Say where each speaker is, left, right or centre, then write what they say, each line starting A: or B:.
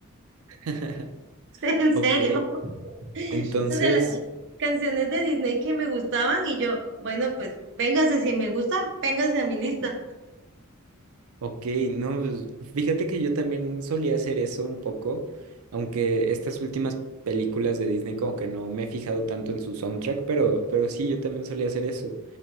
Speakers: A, on the right; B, on the right.
A: <laughs>
B: <laughs> En
A: ok,
B: serio. <laughs>
A: entonces,
B: O sea, las canciones de Disney que me gustaban y yo, bueno, pues véngase, si me gusta, véngase a mi lista.
A: ok, no, pues, fíjate que yo también solía hacer eso un poco, aunque estas últimas películas de Disney como que no me he fijado tanto en su soundtrack, pero, pero sí, yo también solía hacer eso.